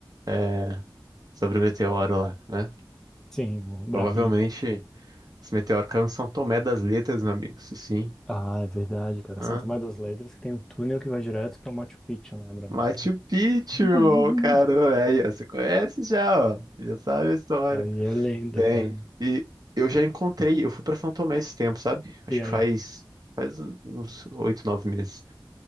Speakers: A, on the right (about 55°); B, in the centre.
A: é, sobre o meteoro lá, né?
B: Sim, o Brabinho.
A: Provavelmente esse meteoro caiu em São Tomé das Letras, meu amigo, isso sim.
B: Ah, é verdade, cara.
A: né?
B: São Tomé das Letras que tem um túnel que vai direto pra Machu Picchu, né, Brian?
A: Machu Picchu, irmão,
B: Aí
A: cara, aí, ó, você conhece já, ó, já sabe a história.
B: <laughs> é lenda,
A: Tem.
B: cara.
A: E eu já encontrei, eu fui pra São Tomé esse tempo, sabe? Acho
B: E
A: que
B: aí?
A: faz, faz uns oito, nove meses.